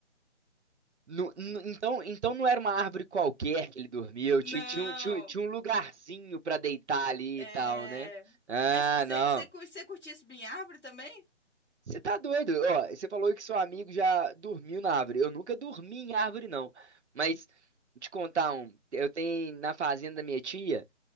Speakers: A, on the right; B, in the centre.
A: No- no- então, então não era uma árvore qualquer que ele dormiu,
B: Não.
A: ti- tinha, um- tinha, um tinha um lugarzinho pra deitar ali
B: É.
A: e tal, né? Ah,
B: Mas você
A: não.
B: curtia subir em árvore também?
A: Você tá doido? Ó, você falou que seu amigo já dormiu na árvore. Eu nunca dormi em árvore, não. Mas, vou te contar um. Eu tenho na fazenda da minha tia.